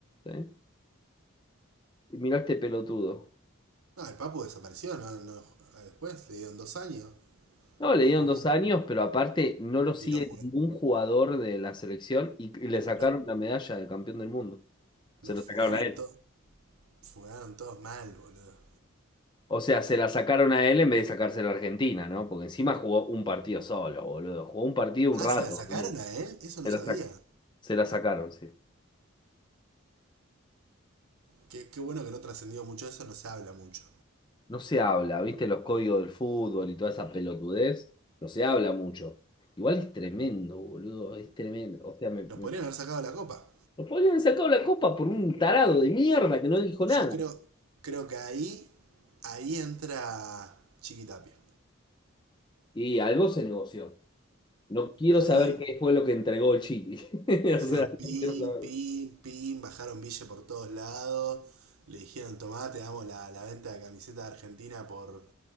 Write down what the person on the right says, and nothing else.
No, el Papu desapareció, no, no, después le dieron dos años,
no
jugó
más.
Y lo, ju-
lo,
lo
funaron
todos, funaron todos mal, boludo.
Ah,
¿se la sacaron
a él? Eso
no
sabía.
Qué, qué bueno que no trascendió mucho eso, no se habla mucho.
Nos podrían haber sacado la copa.
Yo creo, creo que ahí, ahí entra Chiquitapia.
Ahí
em-
hicieron
pim,
pim, pim, bajaron Ville por todos lados, le dijeron, tomá, te damos la, la venta de camiseta de Argentina por